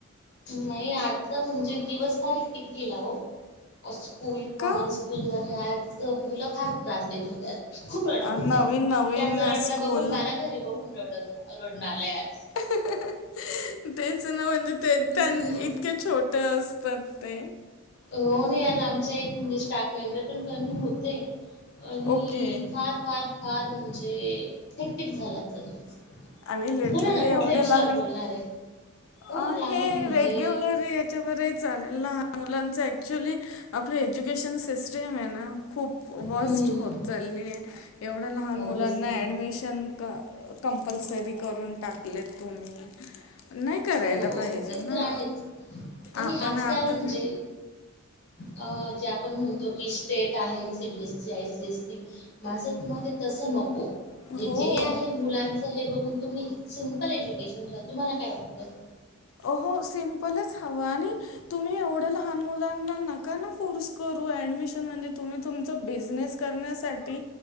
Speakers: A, on the left; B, on the left.
A: नाही आजचं म्हणजे दिवस फार एकटिक गेला हो. स्कूल पण,
B: का?
A: स्कूलमध्ये आज मुलं फार त्रास देत होती आज. खूप रडत
B: अ,
A: होती
B: नवीन
A: आज
B: नवीन
A: त्यांच रडण
B: स्कूल
A: बघून मला घरी बघून रड रडणा आलाय आज.
B: हहहह तेच ना म्हणजे त्यां
A: हम्म
B: त्यां इतके छोटे असतात ते.
A: हो नाही आज आमचा एक म्हणजे स्टाफ मेंबर पण कमी होते. आणि
B: ओके
A: फार फार फार म्हणजे थॅक्टिक झाला आचा दिवस.
B: आणि लिटरली
A: बोला ना कुठल्या
B: एवढे
A: विषयावर
B: लहान
A: बोलणार आहे? हो
B: अ
A: लहान
B: हे
A: म्हणजे
B: रेग्युलर याच्यावर चालेल लहान मुलां ऍक्च्युली आपल्या एज्युकेशन सिस्टीमेय ना खूप वर्स्ट
A: हम्म
B: होत चाललीय एवढं लहान
A: ऑब्विसली
B: मुलांना ॲडमिशन क कंपल्सरी करून टाकले तुम्ही. करायला
A: हो
B: पाहिजे
A: ते
B: ना
A: तर आहेच आणि
B: आपण
A: आजकाल
B: आपलं
A: म्हणजे अ जे आपण म्हणतो की स्टेट आहे सी-बी-एस-सी आय सी-एस-सी माझं एक मतये तस नको. हे
B: हो
A: जे आहे मुलांच हे बघ प तुम्ही सिम्पल एज्युकेशन ठेवा. तुम्हाला काय वाटतं?
B: हो सिमपलच हवं आणि तुम्ही एवढ्या लहान मुलांना नका ना फोर्स करू ऍडमिशन म्हणजे तुम्ही तुमच बिझनेस रण्यासाठी